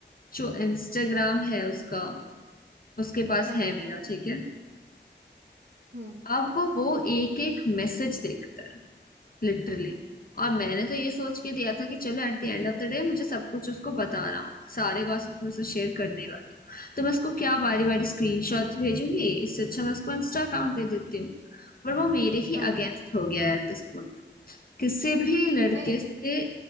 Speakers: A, on the left; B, on the right.
A: जो इंस्टाग्राम है उसका उसके पास
B: हाँ
A: है मेरा ठीक है
B: हम्म
A: अब वो वो एक एक मैसेज देखता है लिटरली और मैंने तो ये सोच के दिया था कि चलो at the end of the day मुझे सब कुछ उसको बताना होगा सारे गॉसिप में से शेयर करने वाली हूँ तो मैं उसको क्या बारी बारी स्क्रीनशॉट्स भेजूंगी इससे अच्छा मैं उसको इंस्टा अकाउंट दे देती हूँ पर वो मेरे ही
B: हाँ
A: अगेंस्ट हो गया है एट दिस पॉइंट किसी भी लड़के
B: नहीं
A: से